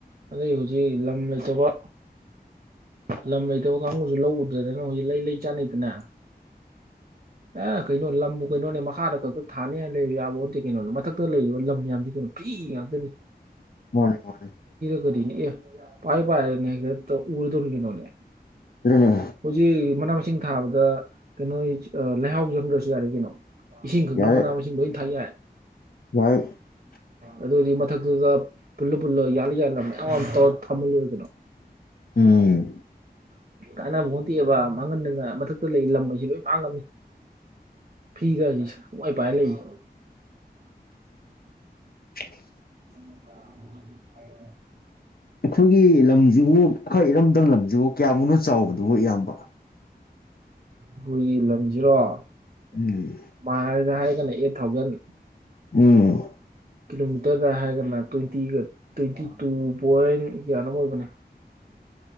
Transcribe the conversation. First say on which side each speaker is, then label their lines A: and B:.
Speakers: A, on the right; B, on the left.
A: ꯑꯗꯩ ꯍꯧꯖꯤꯛ ꯂꯝ ꯂꯩꯇꯕ ꯂꯝ ꯂꯩꯇꯕ ꯀꯥꯡꯕꯨꯁꯨ ꯂꯧ ꯎꯗ꯭ꯔꯗꯅ ꯍꯧꯖꯤꯛ ꯂꯩ ꯂꯩ ꯆꯥꯅꯩꯗꯅ ꯑꯦ ꯀꯩꯅꯣ ꯂꯝꯕꯨ ꯀꯩꯅꯣꯅꯦ ꯃꯈꯥꯗ ꯈꯛꯇ ꯊꯥꯅꯤ ꯍꯥꯏꯅ ꯂꯩꯕ ꯌꯥꯕꯗꯤꯦ ꯀꯩꯅꯣꯅꯦ ꯃꯊꯛꯇ ꯂꯩꯔꯤꯕ ꯂꯝ ꯃꯌꯥꯝꯁꯤ ꯀꯩꯅꯣ ꯐ꯭ꯔꯤ ꯉꯥꯛꯇꯅꯤ
B: ꯃꯥꯅꯦ ꯃꯥꯅꯤ
A: ꯑꯗꯨꯗꯤꯅꯦ ꯑꯦ ꯄꯥꯏꯕꯥꯏꯅ ꯍꯦꯛꯇ ꯎꯔꯗꯝꯅꯦ ꯀꯩꯅꯣꯅꯦ
B: ꯑꯗꯨꯅꯦ
A: ꯍꯧꯖꯤꯛ ꯃꯥꯅ ꯁꯤꯡ ꯊꯥꯕꯗ ꯀꯩꯅꯣ ꯂꯩꯍꯥꯎ ꯌꯥꯎꯍꯟꯗ꯭ꯔꯁꯨ ꯌꯥꯔꯦ ꯀꯩꯅꯣ ꯏꯁꯤꯡ ꯀꯪꯅꯕ
B: ꯌꯥꯔꯦ
A: ꯃꯅꯥ ꯃꯁꯤꯡ ꯂꯣꯏꯅ ꯊꯥ ꯌꯥꯏ
B: <inaudible>
A: ꯑꯗꯨꯗꯤ ꯃꯊꯛꯇꯨꯗ ꯄꯨꯂ ꯄꯨꯂ ꯌꯥꯜꯂ ꯌꯥꯜꯂ ꯃꯌꯥꯝꯑꯝ ꯇꯧꯔ ꯊꯝꯃꯥ ꯂꯣꯏꯔ ꯀꯩꯅꫭ
B: ꯎꯝ
A: <inaudible> ꯀꯥꯟꯅꯕ ꯄꫭꯟꯇꯦꯑꯦꯕ ꯃꯥꯡꯍꯟꯗꯅ ꯃꯊꯛꯇ ꯂꯩ ꯂꯝꯑꯖꯦ ꯂꯣꯏ ꯃꯥꯡꯉꯝꯃꯤ ꯐꯤꯔꯗ ꯍꯩꯖꯤꯛ ꯀꫭꯄꯥꯏ ꯄꯥꯏꯔ ꯂꯩꯖꯦ
B: <inaudible>
A: <inaudible>
B: ꯑꯈꯣꯏꯒꯤ ꯂꯝꯖꯤꯕꯨ ꯈꯔ ꯏꯔꯝꯗꯝ ꯂꯝꯁꯤꯕꯨ ꯀꯌꯥꯃꯨꯛꯅꯣ ꯆꯥꯎꯕꯗꯨꯕꯨꯣ ꯏꯌꯥꯝꯕ
A: ꯑꯩꯈꯣꯏꯒꯤ ꯂꯝꯖꯤꯔꯣ <unintelligible>
B: ꯎꯝ
A: <unintelligible> ꯑꯩꯠ ꯊꯥꯎꯖꯟ
B: ꯎꯝ
A: ꯀꯤꯂꯣꯃꯤꯇꯔꯗ ꯍꯥꯏꯔꯒꯅ ꯇ꯭ꯋꯦꯟꯇꯤꯒ ꯇ꯭ꯋꯦꯟꯇꯤ ꯇꯨ ꯄꯣꯏꯟ ꯀꯌꯥꯅꫭꯝ ꯑꯣꯏꯕꯅꯦ